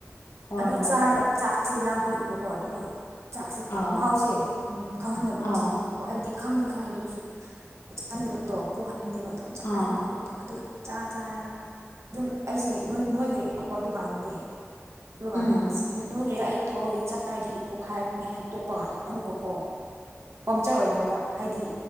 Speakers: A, on the left; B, on the right.
A: ꯍꯣꯏ
B: ꯑꯗꯨ
A: ꯍꯣꯏ
B: ꯆꯥꯔꯒ ꯆꯥꯛꯁꯦ ꯂꯥꯝꯍꯜꯂꯦꯕꯀꯣ ꯑꯗꯨꯒ ꯆꯥꯛꯁꯦ
A: ꯑꯥꯎ
B: ꯃꯍꯥꯎꯁꯦ ꯐꯪꯍꯟꯗꯕ
A: ꯑꯥꯎ
B: ꯆꯤꯟ ꯍꯥꯏꯕꯗꯤ ꯈꯪꯗꯤ ꯈꯪꯉꯦ ꯑꯗꯨꯑꯣꯏꯁꯨ ꯆꯥꯅꯤꯡꯗꯕꯗꯣ ꯄꯣꯛꯍꯟꯗꯦꯕꯥ ꯑꯗꯨꯝ ꯆꯥꯅꯤꯡꯕ
A: ꯑꯥ
B: ꯈꯛꯇ ꯑꯗꯨ ꯆꯥ ꯆꯥꯔꯒ ꯑꯗꯨꯝ ꯑꯩꯁꯦ ꯅꯣꯏꯈ꯭ꯔꯦꯕꯀꯣ ꯗꯨꯀꯥꯟꯗꯗꯤ ꯑꯗꯨ ꯀꯥꯟꯗ
A: ꯎꯝ
B: ꯑꯁ ꯅꯣꯏꯗ꯭ꯔꯗꯤ ꯑꯩ ꯇꯣꯛꯑꯒꯦ ꯆꯥꯔꯗꯤ ꯄꯣꯛꯈꯥꯏꯔꯅꯤ ꯍꯥꯏꯅ ꯇꯣꯛꯄ ꯀꯥꯟꯗ ꯑꯃꯨꯛꯀ ꯀꯣ
A: ꯎꯝ
B: ꯄꯝꯆꯔ ꯑꯣꯏꯈ꯭ꯔꯕ ꯍꯥꯏꯗꯤ